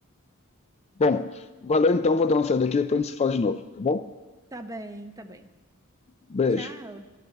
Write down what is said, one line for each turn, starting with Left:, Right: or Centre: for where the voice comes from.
Left: Bom, valeu então, vou dar uma saída aqui, depois a gente se fala de novo, tá bom?
Right: Tá bem, tá bem.
Left: Beijo.
Right: Tchau.